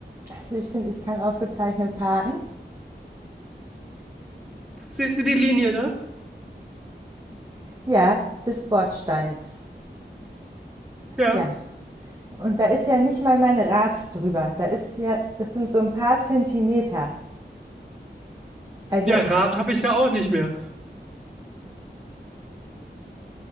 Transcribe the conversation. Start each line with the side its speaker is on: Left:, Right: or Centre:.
Right: Also ich finde, ich kann ausgezeichnet parken.
Centre: Sehen Sie die Linie da?
Right: Ja, des Bordsteins.
Centre: Ja.
Right: Ja. Und da ist ja nicht mal mein Rad drüber. Da ist ja, das sind so ein paar Zentimeter. Also,
Centre: Ja, Rad habe ich da auch nicht mehr.